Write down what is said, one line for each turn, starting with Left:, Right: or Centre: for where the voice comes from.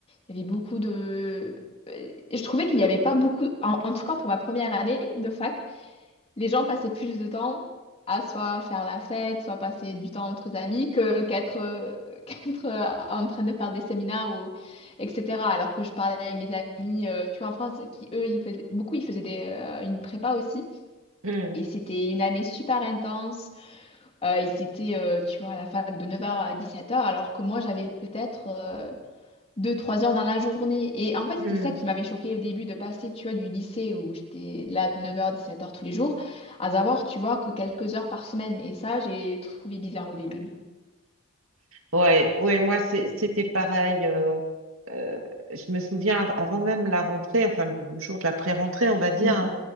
Left: il y avait beaucoup de... euh, Je trouvais qu'il n'y avait pas beaucoup, en, en tout cas pour ma première année de fac, les gens passaient plus de temps à soit faire la fête, soit passer du temps entre amis que qu'être euh, <laughs> qu'être euh, en train de faire des séminaires ou etc. Alors que je parlais avec mes amis, euh, tu vois, en France, qui eux, ils faisaient beaucoup, ils faisaient des, euh, une prépa aussi.
Right: Hmm,
Left: Et c'était une année super intense. Euh, ils étaient, euh, tu vois, à la fac de 9h à 17h, alors que moi, j'avais peut-être euh, deux, trois heures dans la journée. Et en fait, c'était
Right: hmm.
Left: ça qui m'avait choqué au début de passer, tu vois, du lycée où j'étais là de neuf heures dix-sept heures tous les jours, à savoir, tu vois, que quelques heures par semaine. Et ça, j'ai trouvé bizarre au début.
Right: Ouais, ouais, moi c'est- c'était pareil. euh, euh, je me souviens av- avant même la rentrée, enfin le, le jour de la pré-rentrée, on va dire,
Left: Mhm.
Right: hein,